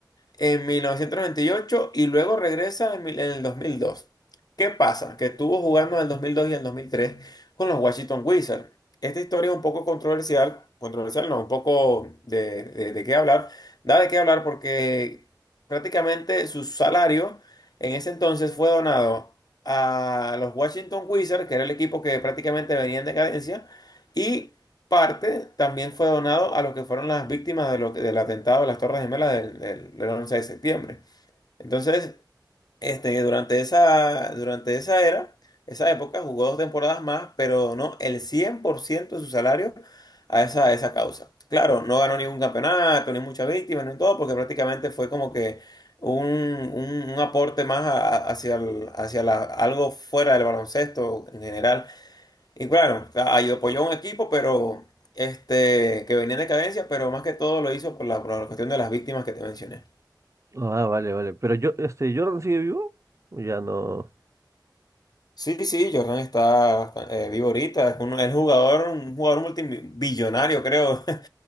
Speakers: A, on the left; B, on the right.
A: en 1998 y ocho y luego regresa en, mil- en el 2002. ¿Qué pasa? Que estuvo jugando en el 2002 y en el 2003 con los Washington Wizards. Esta historia es un poco controversial, controversial no, un poco de, de, de qué hablar, da de qué hablar porque prácticamente su salario en ese entonces fue donado a los Washington Wizards, que era el equipo que prácticamente venía en decadencia, y parte también fue donado a lo que fueron las víctimas de lo que- del atentado de las Torres Gemelas del, del- del 11 de septiembre. Entonces, este, durante esa, durante esa era, esa época, jugó dos temporadas más, pero donó el 100% de su salario a esa, a esa causa. Claro, no ganó ningún campeonato, ni muchas víctimas, ni todo, porque prácticamente fue como que un, un- un aporte más a- a- hacia, el- hacia la- algo fuera del baloncesto en general y claro, a- ay- apoyó a un equipo, pero este, que venía en decadencia, pero más que todo lo hizo por la, por la cuestión de las víctimas que te mencioné.
B: Ah, vale, vale. Pero yo, este, ¿Jordan sigue vivo? Ya no.
A: Sí, sí, Jordan está eh, vivo ahorita, es un, es jugador, un jugador multibillonario, creo. <laughs>